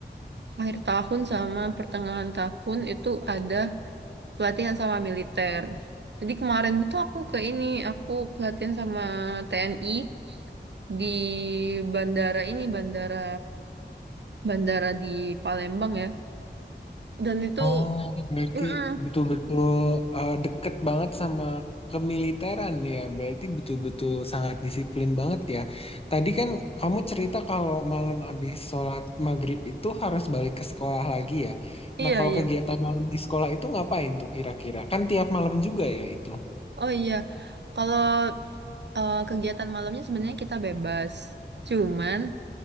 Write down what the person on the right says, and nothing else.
akhir tahun sama pertengahan tahun itu ada pelatihan sama militer. Jadi kemarin itu aku ke ini, aku pelatihan sama TNI di bandara ini, bandara bandara di Palembang ya. Dan itu,
mm-mm,
iya
iya,
oh iya. Kalau eh, kegiatan malamnya sebenarnya kita bebas, cuman